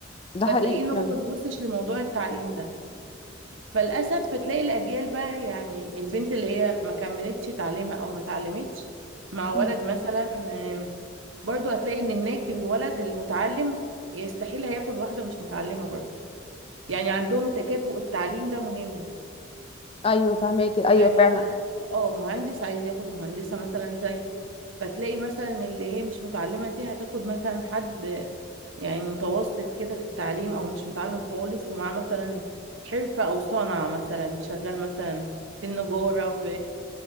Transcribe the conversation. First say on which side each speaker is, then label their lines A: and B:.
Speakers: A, on the left (about 30°); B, on the right (about 80°).
A: ده
B: فتلاقيه
A: حقيقي
B: ان
A: فعلا.
B: هو ما بيبصش لموضوع التعليم ده فللاسف فتلاقي الاجيال بقى يعني البنت اللي هي ما كملتش تعليمها او ما اتعلمتش مع ولد
A: مم.
B: مثلا آم، برضو هتلاقي ان هناك الولد المتعلم يستحيل هياخد واحده مش متعلمه برضو يعني عندهم التكافؤ التعليم ده مهم
A: ايوه فهماكي ايوه
B: يعني
A: فعلا
B: هو اه مهندس عايز ياخد مهندسه مثلا زي فتلاقي مثلا اللي هي مش متعلمه دي هتاخد مثلا حد يعني متوسط كده في التعليم او مش متعلم خالص ومعاه مثلا حرفة او صنعة مثلا شغال مثلا في النجارة في